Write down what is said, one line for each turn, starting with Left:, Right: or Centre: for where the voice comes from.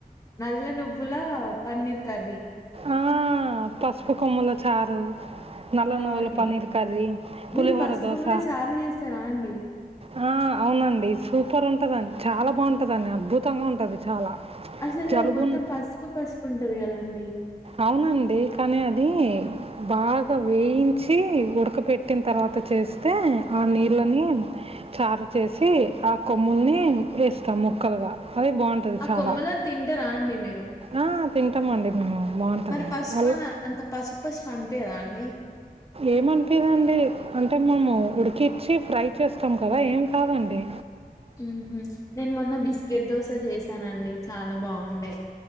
Left: నల్ల నువ్వుల పన్నీర్ కరీ
Right: ఆ పసుపు కొమ్ముల చారు నల్ల
Left: ఆ!
Right: నువుల పన్నీర్
Left: ఈ
Right: కర్రీ పులిహోర
Left: మీరు పసు
Right: దోశ
Left: కొమ్మల చారు చేస్తారా అండి
Right: వా అవునండి సూపర్ ఉం ఉంటదండి చాలా బాగుంటదండి అద్భుతంగా ఉంటది చాలా
Left: అసలు
Right: జలుబున్
Left: అది మొత్తం పసుపు పసుపు ఉంటది కదండి
Right: అవునండి కానీ అది బాగా వేయించి ఉడక పెట్టిన తర్వాత త్త చేస్తే ఆ నీళ్ళని చారు చేసి ఆ కొమ్ముల్ని వేస్తాం ముక్కలుగా అది బాగుంటది
Left: ఆ
Right: చాలా
Left: కొమ్మలను తింటారా అండి మీరు
Right: ఆ తింటమండి మేము బావుంటది.
Left: మరి పసుపు
Right: అల్
Left: అన్నరు అంత పసుపు పసుపు పనిపియదా అండి
Right: ఏముంటిదండి అంటే మనము ఉడికించి ఫ్రై చేస్తాం కదా ఏం కాదండి
Left: ఉహు నేన్ మొన్న బిస్కెట్ దోశ చేసానండి చాలా బాగుండే